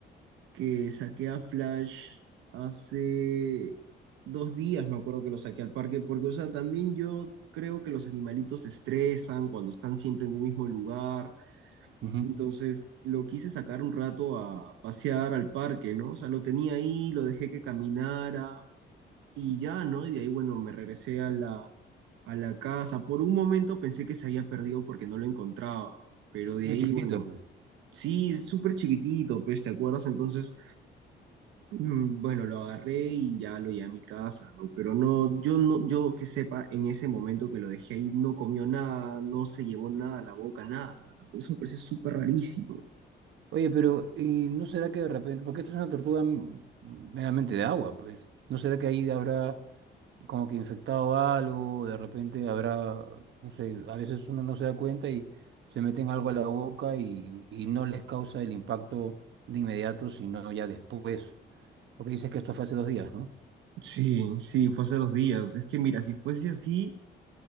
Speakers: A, on the right; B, on the right.
A: que saqué a Flash hace dos días, me acuerdo que lo saqué al parque, porque, o sea, también yo creo que los animalitos se estresan cuando están siempre en un mismo lugar,
B: Ujú.
A: entonces lo quise sacar un rato a pasear al parque, ¿no? O sea, lo tenía ahí, lo dejé que caminara y ya, ¿no? Y de ahí, bueno, me regresé a la, a la casa. Por un momento pensé que se había perdido porque no lo encontraba, pero de
B: Lo
A: ahí,
B: chiquitito,
A: bueno,
B: pues.
A: sí, es súper chiquitito, pues, ¿te acuerdas? Entonces... Mm, Bueno, lo agarré y ya lo llevé a mi casa, ¿no? Pero no, yo no, yo que sepa, en ese momento que lo dejé ahí, no comió nada, no se llevó nada a la boca, nada, nada. Por eso me parece súper rarísimo.
B: Oye, pero ¿y no será que de repente, porque esta es una tortuga m- meramente de agua, pues, ¿no será que ahí habrá como que infectado algo, de repente habrá, no sé, a veces uno no se da cuenta y se meten algo a la boca y, y no les causa el impacto de inmediato, sino ya después? Porque dices que esto fue hace dos días, ¿no?
A: Sí, sí, fue hace dos días. Es que mira, si fuese así,